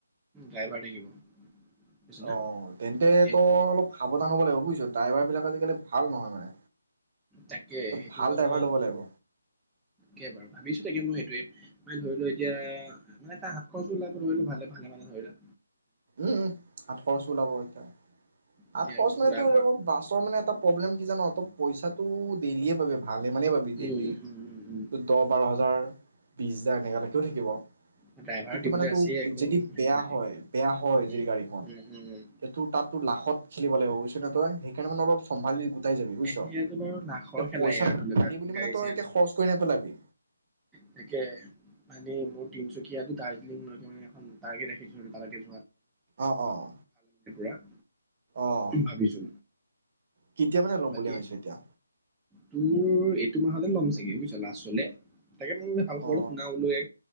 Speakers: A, in the centre; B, on the right.
A: ড্ৰাইভাৰ থাকিব। বুজিছ না
B: অ' তেন্তে
A: এইবোৰ
B: তই অলপ সাৱধান হব লাগিব বুজিছ। ড্ৰাইভাৰ বিলাক আজিকালি ভাল নহয় মানে,
A: তাকে
B: তই
A: সেইটো
B: ভাল
A: তাৰ
B: ড্ৰাইভাৰ
A: মানে
B: ল'ব লাগিব
A: কেই বাৰু ভাবিছো। এতিয়া মোৰ এইটোৱে, মানে ধৰি ল এতিয়া কিবা এটা হাত খৰচ ওলাৱ ভালে, ভালে হলে।
B: উম সাতশৰ-া ওলাব এতিয়া
A: এতিয়া
B: আঠখৰছ
A: ঘূৰা
B: মানে তোৰ
A: ঘৰ
B: বাছৰ মানে এটা প্ৰব্লেম কি জান? পইচাটো দেইলিয়ে পাবি ভালে মানেই পাবি
A: উম
B: ডেইলি,
A: উম উম উম উম
B: দহ বাৰ হাজাৰ, বিশ হাজাৰ এনেকুৱালৈকেও থাকিব,
A: অ ড্ৰাইভাৰ
B: কিন্তু
A: দিবলৈ
B: মানে তোৰ
A: আছেই আকৌ
B: যদি
A: হেণ্ডিমেড
B: বেয়া হয়
A: উম
B: বেয়া হয়
A: উম
B: যদি গাড়ীখন
A: উম উম
B: তোৰ তাত লাখ খেলিব লাগিব বুইছ নে তই, সেইকাৰণে মানে অলপ চম্ভালি উটাই যাবি বুজিছ,
A: সেইয়াতো বাৰু লাখৰ
B: এতিয়া
A: খেলাই
B: পইচা
A: আৰু ধৰি লও
B: পালি
A: তাত
B: বুলি
A: গাড়ী
B: মানে তই
A: চাড়ী
B: একে
A: লৈ।
B: খৰচ কৰি নেপেলাবি।
A: তাকে মানে মোৰ তিনচুকীয়াটো দাৰ্জিলিংকে মানে এখন তাৰ্গেট ৰাখিছিলো তালকে
B: অ', অ',
A: য <unintelligible>
B: অ'।
A: ভাবিছো
B: কেতিয়া মানে ল'ম
A: বাকী
B: বুলি ভাবিছ এতিয়া।
A: তোৰ এইটো মাহলৈ <unintelligible> লাষ্ট চলে তাকে বোলো ভাল খবৰটো
B: অ
A: শুনা বুলো এ